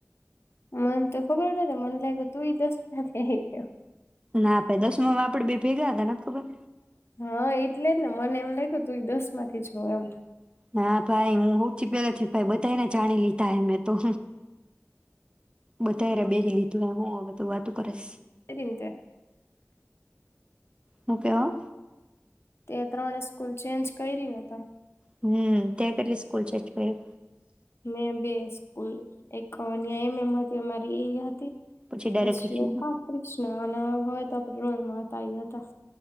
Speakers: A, on the left (about 50°); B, on the right (about 20°).
A: મને તો ખબર જ નથી મને લાગ્યું તુંય દસમાંથી આયવી હો
B: ના ભય દસમામાં આપડે બે ભેગા હતા નથ ખબર
A: હા એટલે જ ને મને એમ લાગ્યું તું એ દસ માંથી જ હો એમ.
B: ના ભાઈ હું હોથી પેલા થી ભાઈ બધને જાણી લીધા હે મેં તો બધાને બેહી લીધું હું બધું વાતું કરીસ.
A: <unintelligible>
B: હું કેવા
A: તે ત્રણે સ્કૂલ ચેન્જ કરી ને તો.
B: હમ્મ તે કેટલી સ્કૂલ ચેન્જ કરી.
A: મેં બે સ કોઈ એક <unintelligible> એમ એમ હતી અમારી હત
B: પછી ડાયરેક્ટ
A: પછીખા કૃષ્ણ અન હવેત <unintelligible> રોલમાં હતાઈ હતા.